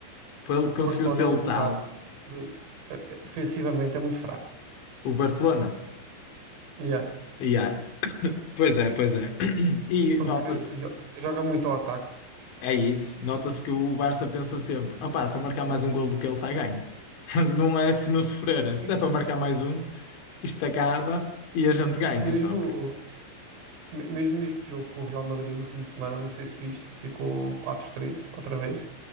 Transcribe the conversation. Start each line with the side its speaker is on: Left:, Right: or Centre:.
Left: Foi ele que conseguiu
Right: O Barcelona
Left: ser
Right: é muito
Left: letal,
Right: fraco. De- eh, eh, defensivamente é muito fraco.
Left: o Barcelona.
Right: Yeah.
Left: E há- Pois é, pois é. <clears throat> E
Right: Porque
Left: nota-se,
Right: jo- joga muito ao ataque.
Left: é isso, nota-se que o Barça pensa sempre: opá, se eu marcar mais um gol do que ele, sai ganho. <laughs> Mas não é se não sofrer, é
Right: Isso.
Left: se der para marcar mais um, isto acaba e a gente ganha.
Right: Mesmo,
Left: Só que.
Right: me- mesmo neste jogo com o Real Madrid no fim de semana, não sei se viste, que ficou quatro três outra vez.